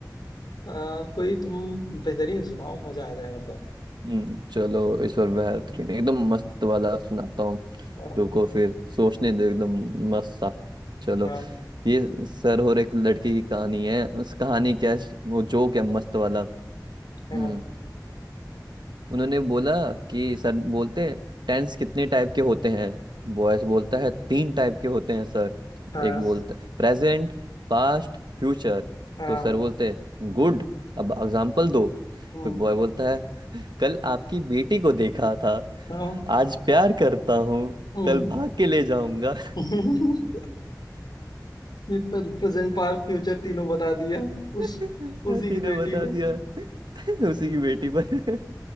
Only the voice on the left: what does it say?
हाँ कोई तुम बेहतरीन सुनाओ मजा आ जाए मतलब
हाँ
हाँ
हाँ
हाँ
हाँ
हम्म
हाँ,
हम्म।
<laughs> ये प्रेजेंट पास्ट फ्यूचर तीनों बता दिया
उस उसी
की बेटी
में